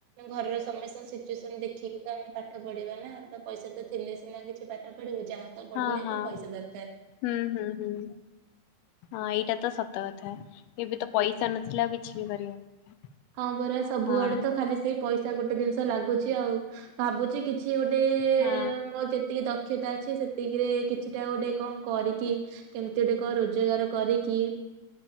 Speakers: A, on the right; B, on the left.
A: ଘରର ସମସ୍ତଙ୍କ ସିଚୁଏସନ୍ ଦେଖିକି ତ ଆମେ ପାଠ ପଢିବା ନା ତ ପଇସା ତ ଥିଲେ ସିନା କିଛି ପାଠ ପଢିବୁ ଯାହା ତ ପଢିଲେ
B: ହଁ ହଁ
A: ଏବେ ପଇସା ଦରକାର।
B: ହୁଁ ହୁଁ ହୁଁ ହଁ ଏଇଟା ତ ସତ କଥା ଏବେ ତ ପଇସା ନଥିଲା ଆଉ କିଛି ବି କରିହବନି
A: ହଁପରା ସବୁଆଡେ
B: ହଁ
A: ତ ଖାଲି ସେଇ ପଇସା ଗୋଟେ ଜିନିଷ ଲାଗୁଛି ଆଉ ଭାବୁଛି କି କିଛି ଗୋଟେ
B: ହଁ।
A: ମୋର ଯେତିକି ଦକ୍ଷତା ଅଛି ସେତିକିରେ କିଛିଟା ଗୋଟେ କଣ କରିକି କେମିତି ଗୁଟେ କଣ ରୋଜଗାର କରିକି